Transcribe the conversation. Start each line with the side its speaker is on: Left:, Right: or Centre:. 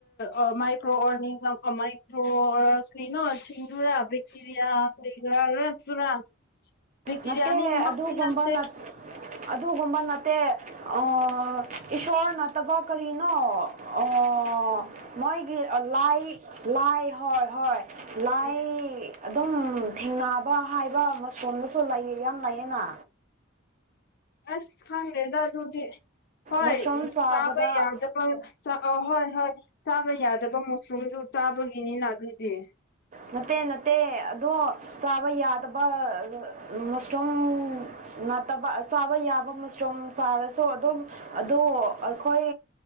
Left: ꯑꯣ ꯃꯥꯏꯀ꯭ꯔꯣ ꯑꯣꯔꯅꯤꯖꯝ ꯃꯥꯏꯀ꯭ꯔꯣ ꯀ꯭ꯔꯤꯅꯣ ꯆꯦꯡꯗꯨꯔꯥ ꯕꯦꯛꯇꯦꯔꯤꯌꯥ ꯀꯒ ꯔꯄꯨꯔꯥ ꯚꯦꯛꯇꯤꯔꯤꯌꯥ
Right: ꯅꯠꯇꯦ
Left: ꯑꯅꯤꯃꯛꯇꯤ
Right: ꯑꯗꯨꯒꯨꯝꯕ
Left: ꯅꯠꯇꯦ
Right: ꯅꯠ ꯑꯗꯨꯒꯨꯝꯕ ꯅꯠꯇꯦ ꯑ ꯏꯁꯣꯔ ꯅꯠꯇꯕ ꯀꯔꯤꯅꯣ ꯑ ꯑꯣ ꯃꯣꯏꯒꯤ ꯂꯥꯏ ꯂꯥꯏ ꯍꯣꯏ ꯍꯣꯏ ꯂꯥꯏ
Left: ꯎꯝ
Right: ꯑꯗꯨꯝ ꯊꯦꯡꯅꯕ ꯍꯥꯏꯕ ꯃꯁꯣꯝꯗꯁꯨ ꯂꯩꯌꯦ ꯌꯥꯝ ꯂꯩꯌꯦꯅ
Left: ꯑꯁ ꯈꯪꯗꯦꯗ ꯑꯗꯨꯗꯤ ꯍꯣꯏ
Right: ꯃꯁꯔꯨꯝ
Left: ꯎ
Right: ꯆꯥꯕꯗ
Left: ꯆꯥꯕ ꯌꯥꯗꯕ ꯆꯥ ꯍꯣꯏ ꯍꯣꯏ ꯆꯥꯕ ꯌꯥꯗꯕ ꯃꯨꯁꯔꯨꯝꯗꯨ ꯆꯥꯕꯒꯤꯅꯤꯅ ꯑꯗꯨꯗꯤ
Right: ꯅꯠꯇꯦ ꯅꯠꯇꯦ ꯑꯗꯣ ꯆꯥꯕ ꯌꯥꯗꯕ ꯃꯁꯔꯨꯝ ꯅꯠꯇꯕ ꯆꯥꯕ ꯌꯥꯕ ꯃꯁ꯭ꯔꯨꯝ ꯆꯥꯔꯁꯨ ꯑꯗꯨꯝ ꯑꯗꯣ ꯑꯩꯈꯣꯏ